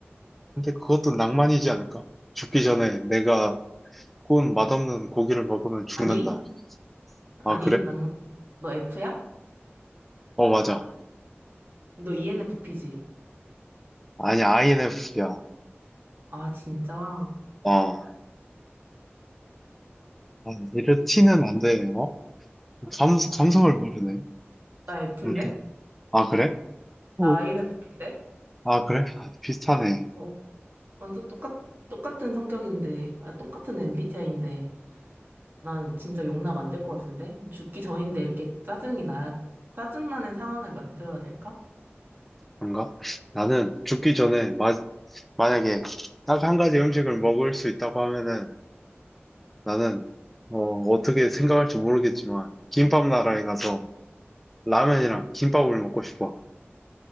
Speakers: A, in the centre; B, on the right.
A: 근데 그것도 낭만이지 않을까? 죽기 전에 내가 꼰 맛없는 고기를 먹으면 죽는다.
B: 아니,
A: 아,
B: 아니,
A: 그래?
B: 낭만. 너 F야?
A: 어, 맞아.
B: 너 ENFP지?
A: 아니, INFP야.
B: 아, 진짜?
A: 어. 아, 아, 이래 티는 안 돼, 어? 감,
B: 아,
A: 감성을 모르네.
B: 나 F인데?
A: 일단. 아, 그래? 어.
B: 나 INFP인데?
A: 아, 그래? 아, 비슷하네.
B: 어, 완전 똑같, 똑같은 성격인데, 아, 똑같은 MBTI인데. 난 진짜 용납 안 될 것 같은데? 죽기 전인데 이렇게 짜증이 나야, 짜증나는 상황을 만들어야 될까?
A: 그런가? 나는 죽기 전에, 마, 만약에 딱 한 가지 음식을 먹을 수 있다고 하면은, 나는, 어, 어떻게 생각할지 모르겠지만, 김밥 나라에 가서 라면이랑 김밥을 먹고 싶어.